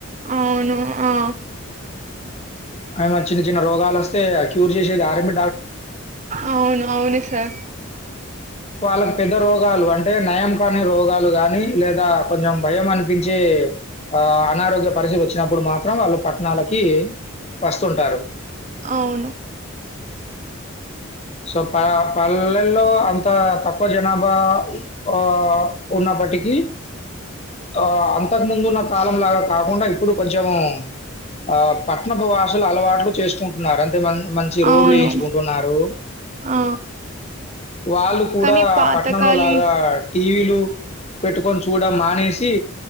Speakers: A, on the right; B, on the left.
A: అవును ఆ
B: ఆరి చిన్న చిన్న రోగాలు వస్తే క్యూర్ చేసేది ఆర్మ
A: అవును అవును సార్
B: వాళ్ళకి పెద్ద రోగాలు అంటే నయం కాని రోగాలు గాని, లేదా కొంచెం భయం అనిపించే ఆ అనారోగ్య పరిస్థితులు వచ్చినప్పుడు, మాత్రం వాళ్ళు పట్నలకి వస్తుంటారు.
A: అవును
B: సో ప పల్లె లో అం అంత తక్కువ జనాభా ఆ ఉన్నప్పటికీ, ఆ అంతకు ముందు ఉన్న కాలం లాగా కాకుండా ఇప్పుడు కొంచెం ఆ పట్టణపు వాసులు అలవాట్లు చేసుకుంటున్నారు. అంతే మంచ్ మంచి రోడ్లు
A: అవును
B: వేయించుకుంటున్నారు
A: ఆ
B: వాళ్ళు కూడా
A: కానీ పాతకాలి
B: పట్టణంలో లాగా టీవీలు పెట్టుకొని చూడం మానేసి